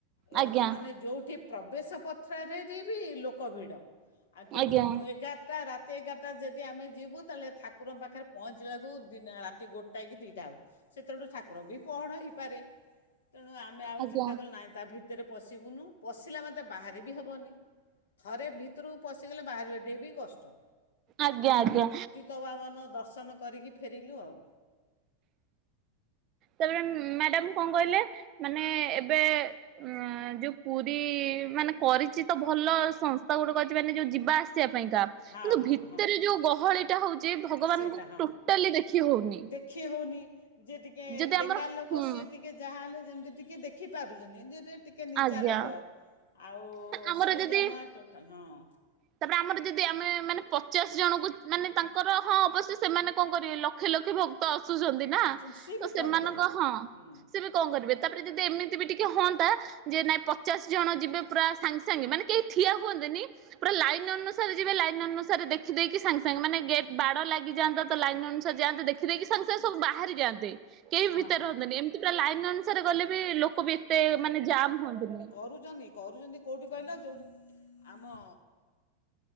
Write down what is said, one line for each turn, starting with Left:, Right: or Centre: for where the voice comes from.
Left: ଏ
Right: ଆଜ୍ଞା
Left: ମାନେ ଯୋଉ ଗଠିଏ ପ୍ରବେଶ ପଥ୍ରରେ ବି ଲୋକ ଭିଡ଼, ଆଉ ତେଣୁ
Right: ଆଜ୍ଞା
Left: ଏଗାର ତା ରାତି ଏଗାରଟା ଯଦି ଆମେ ଯିବୁ ତାହେଲେ ଠାକୁରଙ୍କ ପାଖରେ ପହଞ୍ଚିଲାକୁ ଦିନ ରାତି ଗୋଟା କି ଦୁଇଟା ହେବ। ସେତେବେଳୁ ଠାକୁର ବି ପହଡ଼ ହେଇପାରେ ତେଣୁ ଆମେ ଆଉ
Right: ଆଜ୍ଞା
Left: ଚିନ୍ତା କଲୁ ନାହିଁ। ତା ଭିତରେ ପଶିବୁନୁ। ପଶିଲା ମାତେ ବାହରିବି ହବନି ଥରେ ଭିତରକୁ ପଶିଗଲେ ବାହାରିବାଟି ବି କଷ୍ଟ।
Right: ଆଜ୍ଞା ଆଜ୍ଞା।
Left: ତପାବନ ଦର୍ଶନ କରିକି ଫେରିଲୁ ଆଉ।
Right: ତାପରେ ମ୍ୟାଡାମ କଣ କହିଲେ ମାନେ ଏବେ ଏଁ ଯୋଉ ପୁରୀ ମାନେ କରିଚି ତ ଭଲ ସଂସ୍ଥା ଗୋଟେ କରିଚି ମାନେ ଯୋଉ ଯିବା ଆସିବା ପାଇଁକା। କିନ୍ତୁ
Left: ହଁ ହଁ
Right: ଭିତରେ
Left: ହଁ
Right: ଯୋଉ ଗହଳି ଟା ହଉଚି ଭଗବାନଙ୍କୁ
Left: ସେଇଟା ହଁ
Right: ଟୋଟାଲି ଦେଖି ହଉନି।
Left: ଦେଖି ହଉନି ଯିଏ ଟିକେ
Right: ଯଦି
Left: ଡେଙ୍ଗା
Right: ଆମର
Left: ଲୋକ
Right: ହୁଁ
Left: ସିଏ ଟିକ୍- ଟିକେ ଯାହା ହେଲେ ଯେମିତି ଟିକେ ଦେଖି ପାରୁଚନ୍ତିି। ଟିକେ ନିଚା
Right: ଆଜ୍ଞା
Left: ଲୋକ ଆଉ
Right: ଆମର
Left: ସିଏ
Right: ଯଦି
Left: ଜମା ଟୋଟାଲ୍ ହଁ -
Right: ତାପରେ ଆମର ଯଦି ଆମେ ମାନେ ପଚାଶ ଜଣଙ୍କୁ ମାନେ ତାଙ୍କର ହଁ ଅବଶ୍ୟ ସେମାନେ କଣ କରିବେ ଲକ୍ଷେ ଲକ୍ଷେ ଭ ତ ଆସୁସନ୍ତି ନା
Left: ଆସୁଛନ୍ତି ସିଏ
Right: ତ
Left: ବି
Right: ସେମାନଙ୍କ
Left: କ'ଣ କରିବେ
Right: ହଁ
Left: ହୁଁ
Right: ସେବି କଁ କରିବେ ତାପରେ ଯଦି ଏମିତି ବି ଟିକେ ହଅନ୍ତା। ଯେ ନାଇଁ ପଚାଶ ଜଣ ଯିବେ ପୁରା ସାଙ୍ଗେ ସାଙ୍ଗେ ମାନେ କେହି ଠିଆ ହୁଅନ୍ତେନି। ଲାଇନ୍ ଅନୁସାରେ ଯିବେ ଲାଇନ୍ ଅନୁସାରେ ଦେଖିଦେଇକି ସାଙ୍ଗେ ସାଙ୍ଗେ ମାନେ ଗେଟ୍ ବାଡ଼ ଲାଗିଯାଆନ୍ତା ତ ଲାଇନ୍ ଅନୁସାରେ ଯାଆନ୍ତେ ଦେଖ୍ ଦେଖି ଦେଇକି ସାଙ୍ଗେ ସାଙ୍ଗେ ସବୁ ବାହାରି ଯାଆନ୍ତେ, କେହି ବି
Left: ହଁ
Right: ଭିତରେ
Left: ହଁ
Right: ରହନ୍ତେନି ଏମିତି ପୁରା ଲାଇନ୍ ଅନୁ ସା ଥରେ ଗଲେ ବି ଲୋକ ବି ଏତେ ମାନେ ଜାମ୍ ହୁଅନ୍ତିନି।
Left: କରୁଛନି କରୁଚନ୍ତି କୋଉଠି କହିଲ ଯୋଉଠି ଆମ